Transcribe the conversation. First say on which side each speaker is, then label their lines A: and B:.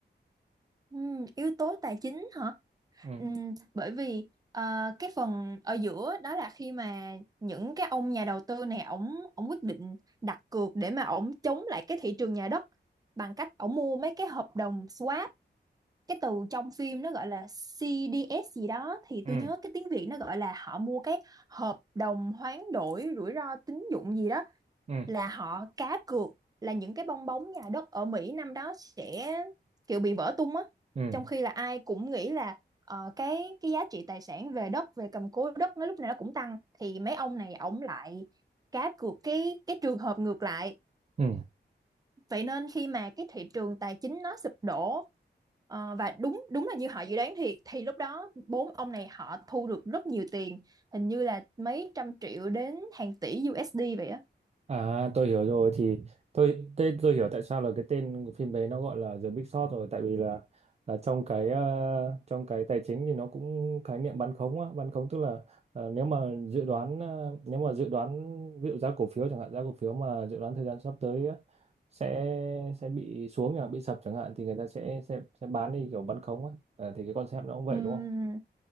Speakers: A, on the right; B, on the right.
A: Ừm, yếu tố tài chính hả?
B: Ừ,
A: Ừm, bởi vì ờ, cái phần ở giữa đó là khi mà những cái ông nhà đầu tư này ổng ổng quyết định đặt cược để mà ổng chống lại cái thị trường nhà đất bằng cách ổng mua mấy cái hợp đồng swap cái từ trong phim nó gọi là CDS gì đó thì
B: ừ,
A: tôi nhớ cái tiếng Việt nó gọi là họ mua cái hợp đồng hoán đổi rủi ro tín dụng gì đó
B: ừ,
A: là họ cá cược là những cái bong bóng nhà đất ở Mỹ năm đó sẽ kiểu bị vỡ tung á
B: ừ,
A: trong khi là ai cũng nghĩ là ờ, cái cái giá trị tài sản về đất về cầm cố đất nó lúc nào nó cũng tăng thì mấy ông này ổng lại cá cược cái cái trường hợp ngược lại
B: ừ.
A: Vậy nên khi mà cái thị trường tài chính nó sụp đổ ờ, và đúng đúng là như họ dự đoán thiệt thì lúc đó bốn ông này họ thu được rất nhiều tiền, hình như là mấy trăm triệu đến hàng tỷ USD vậy á.
B: À tôi hiểu rồi thì tôi tên tôi hiểu tại sao là cái tên của phim đấy nó gọi là The Big Short rồi tại vì là là trong cái ờ, trong cái tài chính thì nó cũng khái niệm bán khống á, bán khống tức là ờ, nếu mà dự đoán ờ, nếu mà dự đoán ví dụ giá cổ phiếu chẳng hạn giá cổ phiếu mà dự đoán thời gian sắp tới á, sẽ sẽ bị xuống chẳng bị sập chẳng hạn thì người ta sẽ sẽ sẽ bán đi kiểu bán khống ấy. À, thì cái concept nó cũng vậy
A: Ừm,
B: đúng không?